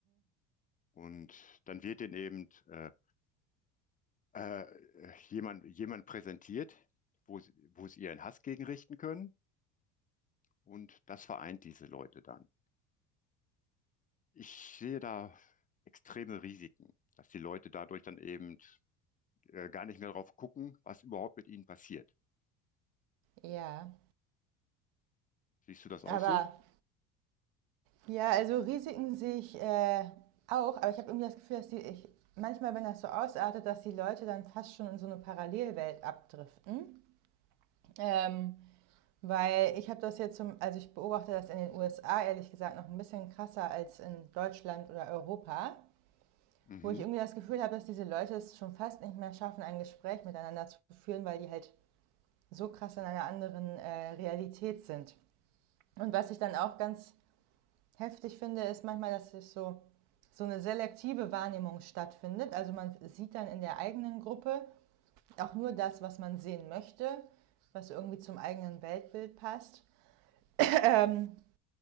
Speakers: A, on the left (about 25°); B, on the right (about 80°).
A: Und dann wird denen eben äh, äh, jemand, jemand präsentiert, wo sie, wo sie ihren Hass gegen richten können. Und das vereint diese Leute dann. Ich sehe da extreme Risiken, dass die Leute dadurch dann eben äh, gar nicht mehr drauf gucken, was überhaupt mit ihnen passiert.
B: ja.
A: Siehst du das auch
B: Aber
A: so?
B: ja, also Risiken sehe ich äh, auch, aber ich habe irgendwie das Gefühl, dass die, ich, manchmal, wenn das so ausartet, dass die Leute dann fast schon in so eine Parallelwelt abdriften. Ähm, weil ich habe das jetzt zum, also ich beobachte das in den USA ehrlich gesagt noch ein bisschen krasser als in Deutschland oder Europa.
A: Mhm.
B: wo ich irgendwie das Gefühl habe, dass diese Leute es schon fast nicht mehr schaffen, ein Gespräch miteinander zu führen, weil die halt so krass in einer anderen äh, Realität sind. Und was ich dann auch ganz heftig finde, ist manchmal, dass es so, so eine selektive Wahrnehmung stattfindet. Also man sieht dann in der eigenen Gruppe auch nur das, was man sehen möchte, was irgendwie zum eigenen Weltbild passt. Ähm,